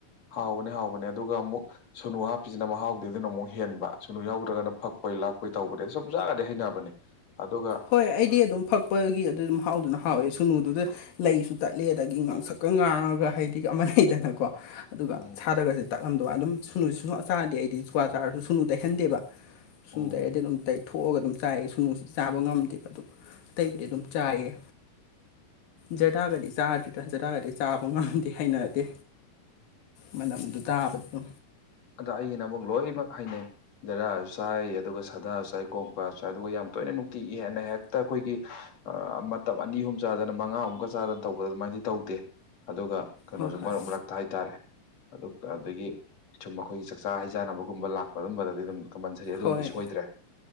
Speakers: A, on the left; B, on the left.
A: ꯍꯥꯎꯕꯅꯦ ꯍꯥꯎꯕꯅꯦ ꯑꯗꯨꯒ ꯑꯃꯨꯛ ꯁꯨꯅꯨ ꯍꯥꯞꯄꯤꯁꯤꯅ ꯃꯍꯥꯎꯗ ꯑꯗꯨꯅ ꯑꯃꯨꯛ ꯍꯦꯟꯕ ꯁꯨꯅꯨ ꯌꯥꯎꯗ꯭ꯔꯒꯅ ꯐꯛꯄꯣꯏ ꯂꯥꯛꯄꯣꯏ ꯇꯧꯕꯗꯤ ꯁꯨꯝ ꯆꯥꯒꯔꯥꯗꯤ ꯍꯩꯅꯕꯅꯦ ꯑꯗꯨꯒ
B: ꯍꯣꯏ ꯑꯩꯗꯤ ꯑꯗꯨꯝ ꯐꯛꯄꯒꯤ ꯑꯗꯨ ꯑꯗꯨꯝ ꯍꯥꯎꯗꯨꯅ ꯍꯥꯎꯋꯦ ꯁꯨꯅꯨꯗꯨꯗ ꯂꯩꯁꯨ ꯇꯠꯂꯦ ꯑꯗꯒꯤ ꯉꯥꯡꯁꯛꯀ ꯉꯥꯡꯉꯒ ꯍꯥꯏꯗꯤ ꯑꯃ ꯂꯩꯗꯅꯀꯣ ꯑꯗꯨꯒ
A: ꯎꯝ
B: ꯁꯥꯗꯒꯁꯦ ꯇꯥꯛꯂꯝꯗ ꯑꯗꯨꯝ ꯁꯨꯅꯨ ꯁ ꯆꯥꯔꯗꯗꯤ ꯑꯩꯗꯤ ꯀ꯭ꯋꯥ ꯆꯥꯔꯁꯨ ꯁꯨꯅꯨ ꯇꯩꯍꯟꯗꯦꯕ ꯁꯨꯅꯨ
A: ꯎꯝ
B: ꯇꯩꯔꯗꯤ ꯑꯗꯨꯝ ꯇꯩ ꯊꯣꯛꯑꯒ ꯑꯗꯨꯝ ꯆꯥꯏꯑ ꯁꯨꯅꯨꯁꯤ ꯆꯥ ꯇꯧꯕ ꯉꯝꯗꯦꯕ ꯑꯗꯨ ꯑꯇꯩꯕꯨꯗꯤ ꯑꯗꯨꯝ ꯆꯥꯏꯌꯦ ꯖꯔꯒꯗꯤ ꯆꯥꯗꯦꯗ ꯖꯔꯒꯗꯤ ꯆꯥꯗꯧ ꯃꯥꯟꯗꯦ ꯍꯩꯅꯗꯦ ꯃꯅꯝꯗꯨ ꯇꯥꯕꯗ
A: ꯑꯗꯣ ꯑꯩꯒꯤꯅ ꯑꯃꯨꯛ ꯂꯣꯏꯅꯃꯛ ꯍꯩꯅꯩ ꯖꯔꯗꯥꯔꯁꯨ ꯆꯥꯏ ꯑꯗꯨꯒ ꯁꯥꯗꯥꯁꯨ ꯆꯥꯏ ꯀꯣꯝ ꯀ꯭ꯋꯥꯁꯨ ꯑꯗꯨꯒ ꯌꯥꯝ ꯇꯣꯏꯅ ꯅꯨꯡꯇꯤꯒꯤ ꯍꯦꯟꯅ ꯍꯦꯛꯇ ꯑꯩꯈꯣꯏꯒꯤ ꯃꯇꯞ ꯑꯅꯤ ꯑꯍꯨꯝ ꯆꯥꯗꯅ ꯃꯉꯥꯃꯨꯛꯀ ꯆꯥꯗꯅ ꯇꯧꯕꯗ ꯑꯗꯨꯃꯥꯏꯅꯗꯤ ꯇꯧꯗꯦ ꯑꯗꯨꯒ ꯀꯩꯅꯣꯁꯨ
B: ꯍꯣꯏ ꯍꯣꯏ
A: ꯃꯔꯛ ꯃꯔꯛꯇ ꯍꯥꯏꯇꯥꯔꯦ ꯑꯗꯨ ꯑꯗꯒꯤ ꯁꯨꯝ ꯑꯩꯈꯣꯏꯒꯤ ꯆꯥꯛꯆꯥ ꯍꯩꯖꯥꯟꯅꯕꯒꯨꯝꯕ ꯂꯥꯛꯄ ꯑꯗꯨꯝꯕꯗꯗꯤ ꯑꯗꯨꯝ ꯀꯝꯄꯜꯁꯔꯤ ꯑꯗꯨꯝꯗꯤ
B: ꯍꯣꯏ
A: ꯁꯣꯏꯗ꯭ꯔꯦ